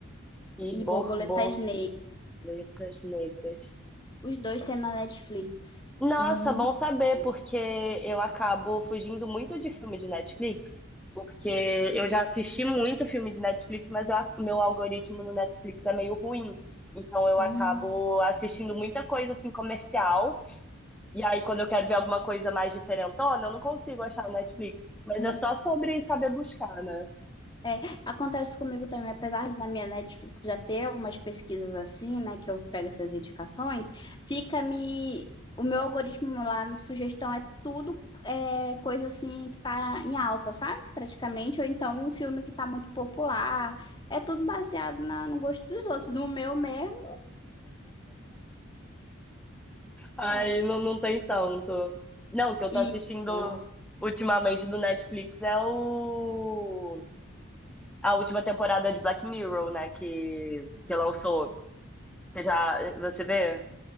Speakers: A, in the centre; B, on the left (about 20°).
A: e Borbô.
B: E Borboletas Negras.
A: letras negras.
B: Os dois tem na Netflix.
A: Nossa,
B: Muito
A: bom saber,
B: bom.
A: porque eu acabo fugindo muito de filme de Netflix, porque eu
B: Hum.
A: já assisti muito filme de Netflix, mas eu- meu algoritmo no Netflix é meio ruim. Então eu
B: Hum.
A: acabo assistindo muita coisa assim comercial, e aí quando eu quero ver alguma coisa mais diferentona, eu não consigo achar no Netflix. Mas
B: hum.
A: é só sobre saber buscar, né?
B: É, acontece comigo também, apesar da minha Netflix já ter umas pesquisas assim, né, que eu pego essas indicações, fica me... O meu algoritmo lá, minha sugestão é tudo é, coisa assim que tá em alta, sabe? Praticamente, ou então um filme que tá muito popular. É tudo baseado na- no gosto dos outros, no meu mesmo,
A: Aí
B: é.
A: não, não tem tanto. Não, o que eu
B: Isso.
A: tô assistindo ultimamente do Netflix é o a última temporada de Black Mirror, né? Que, que lançou. Você já. Você vê?